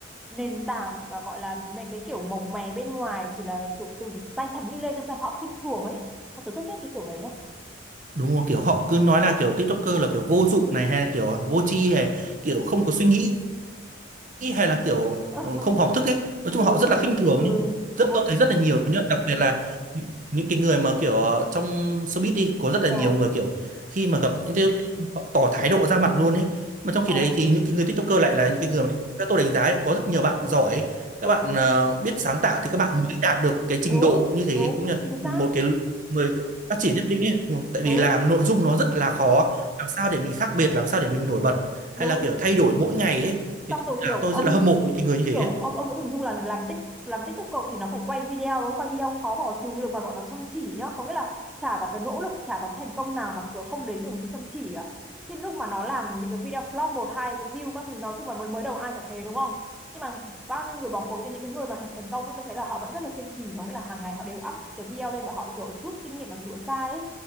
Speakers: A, in the centre; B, on the right (about 40°).
A: nền tảng và gọi là mấy cái kiểu mồng mè bên ngoài chỉ là kiểu từ tay trắng đi lên đâm ra họ khinh thường ấy Mà tôi rất ghét cái kiểu đấy nhá
B: đúng rồi kiểu họ cứ nói là kiểu TikToker là kiểu vô dụng này hay là kiểu vô tri hay kiểu không có suy nghĩ nghĩ hay là kiểu
A: <laughs>
B: ừ, không học thức ấy nói
A: ừ
B: chung họ rất là khinh thường
A: ừ
B: nhé rất
A: vô
B: tôi thấy rất là nhiều nhá đặc biệt là những, những cái người mà kiểu ờ, trong showbiz đi có rất là
A: ờ
B: nhiều người kiểu khi mà gặp những cái họ tỏ thái độ ra mặt luôn ấy mà trong khi
A: ờ
B: đấy thì những cái người TikToker lại là những cái người mà các tôi đánh giá ấy, có rất nhiều bạn giỏi các
A: ừ
B: bạn ờ, biết sáng tạo thì các bạn mới đạt được cái trình
A: đúng
B: độ như thế
A: đúng
B: cũng là
A: chính
B: một
A: xác
B: cái người phát triển nhất định ấy Ừ, tại vì
A: ừ
B: làm nội dung nó rất là khó làm sao để mình khác biệt làm sao để mình nổi bật hay
A: đúng
B: là kiểu thay đổi mỗi ngày ấy thì
A: xong
B: tôi
A: rồi
B: là
A: kiểu
B: tôi
A: ông
B: rất là hâm mộ những cái người như thế
A: kiểu ông ông cũng hình dung là làm tích làm TikToker thì nó phải quay video đúng không? quay video khó bỏ xứ được mà bọn nó chăm chỉ nhá có nghĩa là chả có cái nỗ lực chả có thành công nào mà cứ không đến từ sự chăm chỉ cả thì lúc mà nó làm những cái video flop một hai cái view các thứ nói chung là mới mới đầu ai chả thế đúng không nhưng mà bao nhiêu người bỏ cuộc cho những cái người mà thành thành công ấy, tôi thấy là họ vẫn rất là kiên trì có nghĩa là hàng ngày họ đều up cái video lên và họ kiểu rút kinh nghiệm và sửa sai ấy.